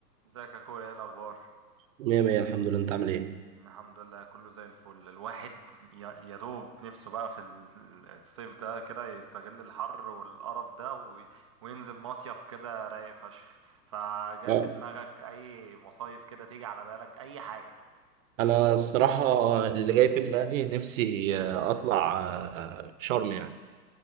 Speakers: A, on the right; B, on the right.
A: ازيك يا اخويا ايه الاخبار
B: مية مية الحمد لله انت عامل ايه؟
A: الحمد لله كله زي الفل الواحد يا يا دوب نفسه بقى في ال- الصيف ده كده يستغل الحر والقرف ده وي- وينزل مصيف كده رايق فشخ فجاء
B: اه
A: في دماغك اي مصايف كده تيجي على بالك اي حاجة
B: انا الصراحة اللي جاي في دماغي نفسي آه، اطلع آه، شرم يعني